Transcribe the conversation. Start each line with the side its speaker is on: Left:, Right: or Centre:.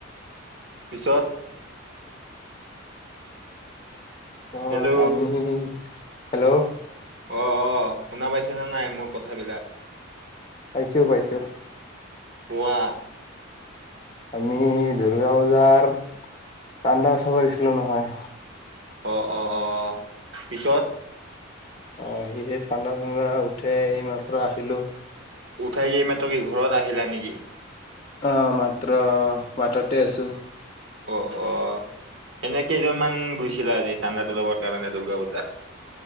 Right: পিছত
Left: আহ
Right: হেল্ল'
Left: আমি হেল্ল'
Right: অ অ শুনা পাইছেনেে নাই মোৰ কথাবিলাক
Left: পাইছো পাইছো
Right: কোৱা
Left: আমি দুৰ্গা পূজাৰ চান্দা উ চাব গৈছিলো নহয়
Right: অ অ অ পিছত
Left: অ সি চান্দা চ্দা উঠে এই মাসৰ আহিলো
Right: উঠাই কি মাত্ৰ কি ঘৰত আহিলা নেকি
Left: আহ মাত্ৰ বাটতে আছো
Right: অ অ এনে কেইজনমান গৈছিলা আজি চান্দাাতটো যাবৰ কাৰণে দূৰ্গা পূজাৰ